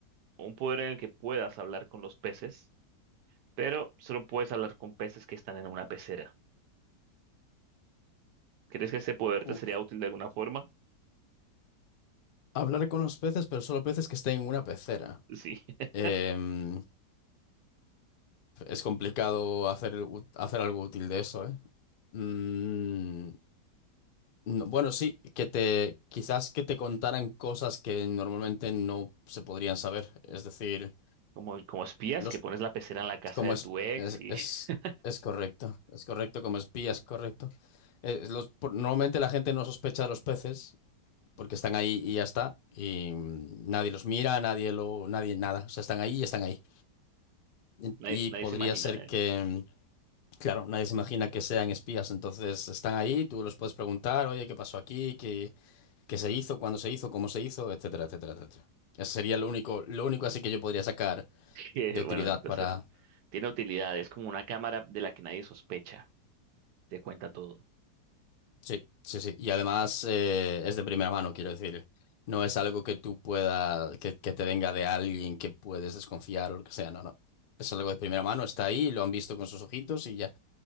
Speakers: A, on the right (about 75°); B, on the left (about 60°).
A: un poder en el que puedas hablar con los peces, pero solo puedes hablar con peces que están en una pecera. ¿Crees que ese poder te
B: Uf.
A: sería útil de alguna forma?
B: Hablar con los peces, pero solo peces que estén en una pecera.
A: Sí, <laughs>
B: Em, es complicado hacer, u- hacer algo útil de eso, ¿eh? Mm, no- bueno, sí, que te, quizás que te contaran cosas que normalmente no se podrían saber. Es decir,
A: como, como espías
B: los,
A: que pones la pecera en la casa
B: como
A: de
B: es,
A: tu ex
B: es,
A: y
B: es,
A: <laughs>
B: es correcto. Es correcto como espías, correcto. Eh, los- por- normalmente la gente no sospecha de los peces. porque están ahí y ya está. Y mm, nadie los mira, nadie lo, nadie nada. O sea, están ahí y están ahí. Y
A: nadie,
B: y
A: nadie
B: podría
A: se imagina,
B: ser
A: ¿eh?
B: que, mm, claro, nadie se imagina que sean espías. Entonces están ahí, tú los puedes preguntar, oye, ¿qué pasó aquí? ¿Qué, qué se hizo? ¿Cuándo se hizo? ¿Cómo se hizo? Etcétera, etcétera, etcétera. Eso sería lo único, lo único así que yo podría sacar
A: <laughs> Que,
B: de utilidad
A: bueno, entonces
B: para,
A: tiene utilidad, es como una cámara de la que nadie sospecha, te cuenta todo.
B: Sí, sí, sí. Y además eh, es de primera mano, quiero decir. No es algo que tú puedas, que, que te venga de alguien que puedes desconfiar o lo que sea, no, no. Es algo de primera mano, está ahí, lo han visto con sus ojitos y ya.